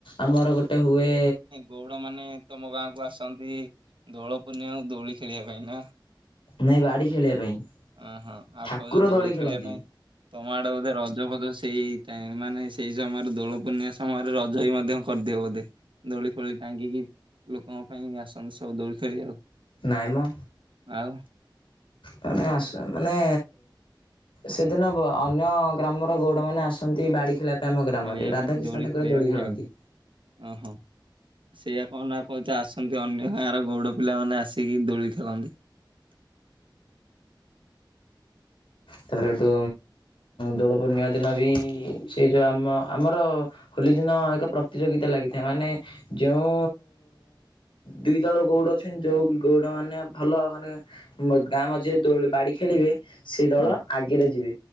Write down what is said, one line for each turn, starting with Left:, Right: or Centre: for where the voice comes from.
Left: ଆମର ଗୋଟେ ହୁଏ
Right: ଗଉଡ଼ ମାନେ ତମ ଗାଁକୁ ଆସନ୍ତି ଦୋଳ ପୂର୍ଣ୍ଣିମାକୁ ଦୋଳି ଖେଳିବା ପାଇଁ ନା
Left: ନାଇଁ ବାଡ଼ି ଖେଳିବା ପାଇଁ।
Right: ଓହୋ ଆଉ
Left: ଠାକୁର
Right: କହୁଛ ଦୋଳି ଖେଳିବା
Left: ଖେଳନ୍ତି
Right: ପାଇଁ। ତମ ଆଡେ ବୋଧେ ରଜ ଫଜ ସେଇ ଟାଇମ ମାନେ ସେଇ ସମୟରେ ଦୋଳ ପୂର୍ଣ୍ଣିଆ ସମୟରେ ରଜ ଭି ମଧ୍ୟ କରିଦିଅ ବୋଧେ ଦୌଳି ଫଳି ଟାଙ୍ଗିକି ଲୋକଙ୍କ ପାଇଁ ଆସନ୍ତି ସବୁ ଦୌଳି ଖେଳିବାକୁ।
Left: ନାଇଁ ମ
Right: ଆଉ
Left: ମାନେ ଆସ ମାନେ ସେଦିନ ଅନ୍ୟ ଗ୍ରାମର ଗୌଡ଼ମାନେ ଆସନ୍ତି ବାଡି ଖେଳି ବା ଆମ ଗ୍ରାମରେ
Right: ଖେଳିବା
Left: ରାଧାକୃିଷ୍ଣ
Right: ପାଇଁ
Left: ଠାକୁର
Right: ଖେଳିବା
Left: ଦୋଳି
Right: ପାଇଁ
Left: ଖେଳନ୍ତି।
Right: ଆଉ ଓହୋ। ସେଇଆ କହୁନ ଆଉ କହୁଛ ଆସନ୍ତି ଅନ୍ୟ ଗାଁର ଗୌଡ ପିଲାମାନେ ଆସିକି ଦୋଳି ଖେଳନ୍ତି।
Left: ତାପରେ ଏଠୁ ଦୋଳପୂର୍ଣ୍ଣିମା ଦିନ ବି ସେ ଯେଉଁ ଆମ ଆମର ହୋଲି ଦିନ ଏକ ପ୍ରତିଯୋଗିତା ଲାଗିଥାଏ ମାନେ ଯେଉଁ ଦି ଦଳ ଗୌଉଡ ଅଛନ୍ତି ଯୋଉ ଗଉଡ ମାନେ ଭଲ ମାନେ ମୋ ଗାଁ ମଝିରେ ଦୋ ବାଡି ଖେଳିବେ ସେ ଦଳ
Right: ହଁ
Left: ଆଗରେ ଯିବେ